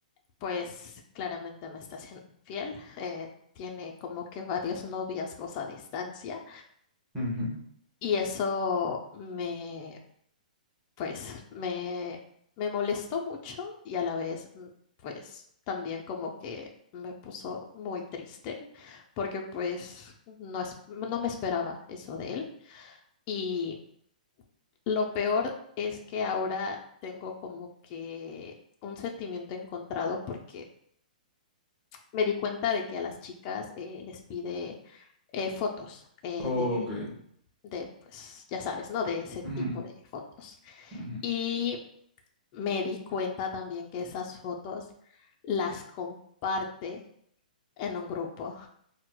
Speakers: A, on the left (about 30°); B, in the centre.
A: pues claramente me está siendo infiel. eh, tiene como que varios noviazgos a distancia
B: ujú.
A: y eso me, pues, me, me molestó mucho y a la vez, mm, pues, también como que me puso muy triste porque pues no, es, no me esperaba eso de él y Lo peor es que ahora tengo como que un sentimiento encontrado porque me di cuenta de que a las chicas eh, les pide eh, fotos eh,
B: Ok.
A: de, de, pues ya sabes, ¿no? De ese tipo
B: ujú,
A: de fotos.
B: ujú.
A: Y me di cuenta también que esas fotos las comparte en un grupo.